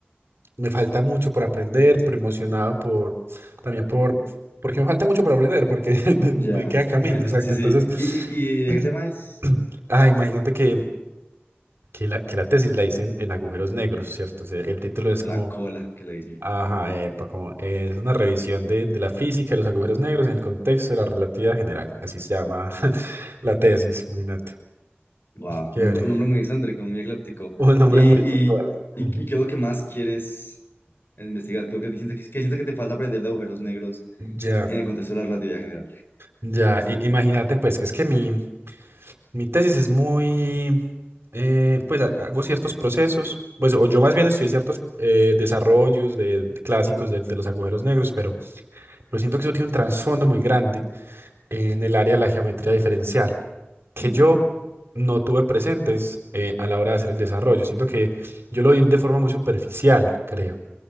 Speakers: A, on the right; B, on the left.
A: me falta mucho por aprender, pero emocionado por, también por, porque me falta mucho por aprender, porque <laughs>
B: Ya.
A: me queda camino, exacto.
B: Sí, sí.
A: Entonces,
B: ¿Y, y, y de qué tema es?
A: <clears throat> ah, imagínate que, que la, que la tesis la hice en, en agujeros negros, ¿cierto? O sea, el título
B: En
A: es
B: Black
A: como,
B: Cola, que le dicen.
A: ajá, epa, como eh, es una revisión de, de la física de los agujeros negros en el contexto de la relatividad general. Así se llama <laughs> la tesis, imagínate.
B: Wow,
A: Chévere.
B: un nombre un nombre muy excéntrico, muy ecléptico.
A: Un nombre
B: ¿Y,
A: muy puntual.
B: y, y,
A: Ujú.
B: y qué es lo que más quieres investigar? Creo que sientes que, que sientes que te falta aprender de agujeros negros
A: Ya,
B: en el contexto de la relatividad general.
A: ya, i- imagínate pues que es que mi, Mi tesis es muy, eh, pues ha- hago ciertos procesos, pues o yo más bien estudié ciertos eh, desarrollos de, de clásicos de, de los agujeros negros, pero, pero siento que eso tiene un trasfondo muy grande en el área de la geometría diferencial, que
B: Ujú.
A: yo no tuve presentes eh, a la hora de hacer el desarrollo. Siento que yo lo vi de forma muy superficial, creo,